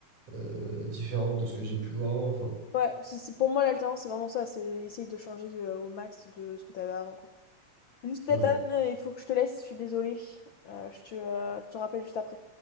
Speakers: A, on the right; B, on the left.
A: euh, différente de ce que j'ai pu voir avant, quoi.
B: Ouais, c'est c'est- pour moi l'alternance, c'est vraiment ça, c'est essayer de changer euh, au max de ce que t'avais avant, quoi. Juste,
A: Ouais.
B: Nathan, euh, il faut que je te laisse, je suis désolée. Euh, je te, euh, je te rappelle juste après.